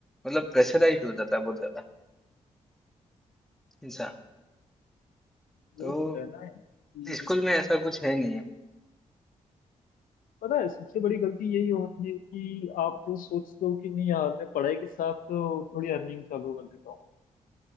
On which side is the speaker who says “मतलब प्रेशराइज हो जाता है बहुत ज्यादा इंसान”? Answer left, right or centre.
Centre